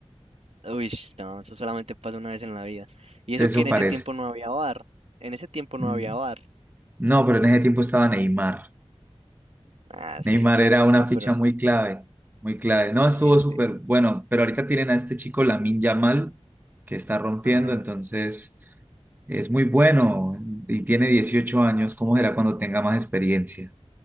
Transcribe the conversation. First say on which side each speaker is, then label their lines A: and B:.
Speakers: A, on the right (about 70°); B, on the right (about 15°).
A: Uy, no, eso solamente pasa una vez en la vida. Y
B: Eso
A: eso que en
B: parece.
A: ese tiempo no había bar. En ese tiempo no
B: Mm,
A: había bar.
B: No, pero en ese tiempo estaba Neymar.
A: Ah, sí,
B: Neymar era
A: no,
B: una ficha
A: pero
B: muy clave, muy clave. No, estuvo
A: sí, sí.
B: súper bueno, pero ahorita tienen a este chico Lamine Yamal que está rompiendo,
A: Ajá.
B: entonces es muy bueno y tiene 18 años. ¿Cómo será cuando tenga más experiencia?